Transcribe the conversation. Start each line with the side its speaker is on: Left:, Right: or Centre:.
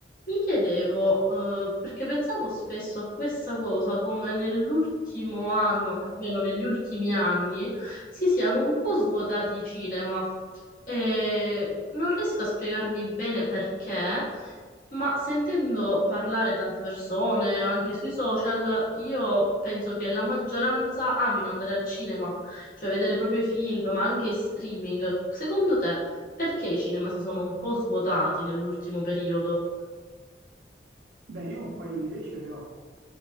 Left: Mi chiedevo, eh, perché pensavo spesso a questa cosa, come nell'ultimo anno, almeno negli ultimi anni, si siano un po' svuotati i cinema. E non riesco a spiegarmi bene perché, ma sentendo parlare tante persone, anche sui social, io penso che la maggioranza amino andare al cinema, cioè vedere proprio i film, ma anche i streaming. Secondo te, perché i cinema si sono un po' svuotati nell'ultimo periodo?
Right: Beh, io un paio di idee ce le ho,